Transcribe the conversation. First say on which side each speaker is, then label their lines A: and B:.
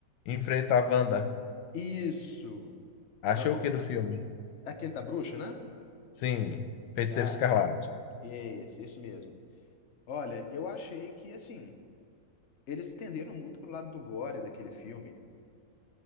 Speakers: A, on the left; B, on the left.
A: Enfrenta a Wanda.
B: Isso!
A: Achou
B: É, o-
A: o que do filme?
B: é aquele da bruxa, né?
A: Sim, Feiticeiro
B: Cara,
A: Escarlate.
B: esse, esse mesmo. Olha, eu achei que, assim, eles tenderam muito pro lado do gore daquele filme.